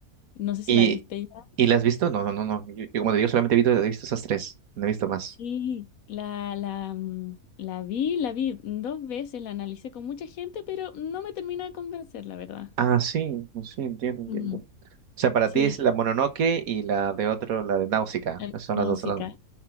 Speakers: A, on the left; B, on the right.
A: no sé si
B: ¿Y,
A: la viste ya.
B: y la has visto? No, no, no, no. Yo, yo, como te digo, solamente he visto, he visto esas tres. No he visto más.
A: Sí, la, la, mm, la vi, la vi dos veces, la analicé con mucha gente, pero no me termina de convencer, la verdad.
B: Ah, sí, sí, entiendo, entiendo.
A: Ujú.
B: O sea, para
A: Sí,
B: ti es la Mononoke y la de otro, la de Náusica.
A: eh,
B: Son
A: la
B: las
A: música.
B: dos. son las-